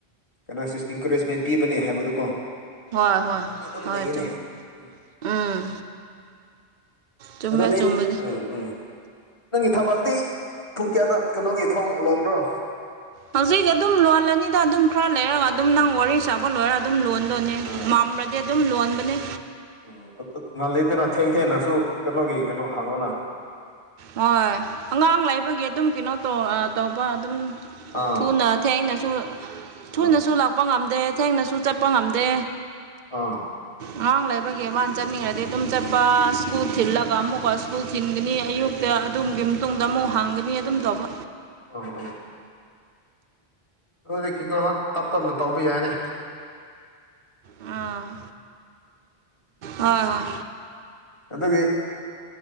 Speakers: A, on the left (about 30°); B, on the right (about 55°).
A: ꯀꯩꯅꯣꯁꯤ ꯏꯟꯀꯔꯦꯖꯃꯦꯟ ꯄꯤꯕꯅꯦ ꯍꯥꯏꯕꯗꯨꯀꯣ
B: ꯍꯣꯏ ꯍꯣꯏ
A: ꯑꯗꯨꯝ
B: ꯍꯣꯏ
A: ꯂꯩꯌꯦꯅꯦ
B: ꯆꯨꯝ
A: ꯎꯝ
B: ꯎꯝ ꯆꯨꯝꯃꯦ
A: ꯑꯗꯨꯗꯤ
B: ꯆꯨꯝꯕꯗꯤ
A: ꯎꯪ ꯎꯝ ꯅꯪꯒꯤ ꯊꯕꯥꯛꯇꯤ ꯄꯨꯡ ꯀꯌꯥꯗ ꯀꯩꯅꯣꯒꯤ ꯊꯣꯡ ꯂꯣꯟꯕ꯭ꯔꯣ
B: ꯍꯧꯖꯤꯛ ꯑꯗꯨꯝ ꯂꯣꯜꯂꯅꯤꯗ ꯑꯗꯨꯝ ꯈꯔ ꯂꯩꯔꯒ ꯑꯗꯨꯝ ꯅꯪ ꯋꯥꯔꯤ ꯁꯥꯕ ꯂꯣꯏꯔ ꯑꯗꯨꯝ ꯂꯣꯟ ꯑꯗꯨꯅꯦ
A: ꯑꯥ
B: ꯃꯥꯝꯂꯗꯤ
A: ꯎꯝ
B: ꯑꯗꯨꯝ ꯂꯣꯟꯕꯅꯤ
A: ꯎꯝ ꯉꯜꯂꯤꯗꯅ ꯊꯦꯡ ꯊꯦꯡꯅꯁꯨ ꯀꯩꯅꯣꯒꯤ ꯀꯩꯅꯣ ꯍꯥꯡꯉꯣꯅ
B: ꯍꯣꯏ ꯑꯉꯥꯡ ꯂꯩꯕꯒꯤ ꯑꯗꯨꯝ ꯀꯩꯅꯣ ꯇꯧ ꯑ ꯇꯧꯕ ꯑꯗꯨꯝ
A: ꯑꯥ
B: ꯊꯨꯅ ꯊꯦꯡꯅꯁꯨ ꯊꯨꯅꯁꯨ
A: ꯑꯥ
B: ꯂꯥꯛꯄ ꯉꯝꯗꯦ ꯊꯦꯡꯅꯁꯨ ꯆꯠꯄ ꯉꯝꯗꯦ
A: ꯑꯥ
B: ꯑꯉꯥꯡ ꯂꯩꯕꯒꯤ ꯃꯥꯅ ꯆꯠꯅꯤꯡꯉꯗꯤ ꯑꯗꯨꯝ ꯆꯠꯄ ꯁ꯭ꯀꯨꯜ ꯊꯤꯜꯂꯒ ꯑꯃꯨꯛꯀ ꯁ꯭ꯀꯨꯜ ꯊꯤꯟꯒꯅꯤ ꯑꯌꯨꯛ ꯗ ꯑꯗꯨꯝꯒꯤ ꯃꯇꯨꯡꯗ ꯑꯃꯨꯛ ꯍꯥꯡꯒꯅꯤ ꯑꯗꯨꯝ ꯇꯧꯕ
A: ꯑꯣ ꯑꯣ ꯑꯣ ꯀꯣꯂꯤꯛꯀꯤ ꯀꯣ ꯇꯞ ꯇꯞꯅ ꯇꯧꯕ ꯌꯥꯏꯅꯦ
B: ꯑ ꯍꯣꯏ ꯍꯣꯏ
A: ꯑꯗꯨꯒꯤ